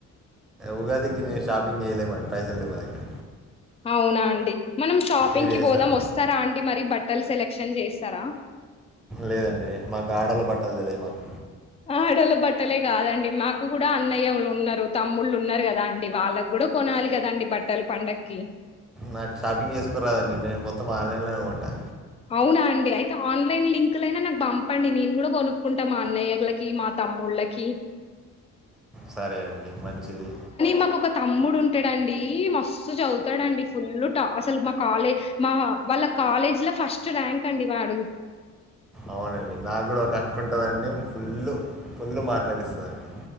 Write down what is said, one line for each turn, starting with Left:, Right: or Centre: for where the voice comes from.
Centre: ఉగాదికి షాపింగ్ చేయలేము అండీ పైసలు లేవు మా దగ్గర,
Left: అవునా అండి మనం షాపింగ్కిి
Centre: మీరు చేస్తారా
Left: పోదాం వస్తారా అండి మరి బట్ బట్టలు సెలక్షన్ చేస్తారా,
Centre: లేదండి మాకు ఆడలు బట్టలు తెలిదు మాకు
Left: ఆడలు బట్టలే కాదండి మాకు కూడా అన్నయ్యలు ఉన్నారు, తమ్ముళ్ళు ఉన్నారు కదా అండి వాళ్ళ, వాళ్లా కూడా కొనాలి కదండి బట్టలు పండక్కి
Centre: నాకు షాపింగ్ చేసుకోరాదండి నేను మొత్తం ఆన్లైన్లో కొంటా
Left: అవునా అండి అయితే ఆన్లైన్ లింకుల అయినా నాకు పంపండి నేను కూడా కొనుక్కుంటాం అన్నయ్యలకి మా తమ్ముళకి
Centre: సరే అండి మంచిది
Left: మాకు ఒక తమ్ముడు ఉంటాడుడి మస్తు చదువుతాడుడి ఫుల్ అసలు మా కాలే మా వాళ్ళ కాలేజీ లో ఫస్ట్ ర్యాంక్ అండి వాడు
Centre: అవునండి నాకు కూడా ఒక హక్కు ఉంటుందండి ఫుల్ ఫుల్లు మాట్లాడిస్తదండి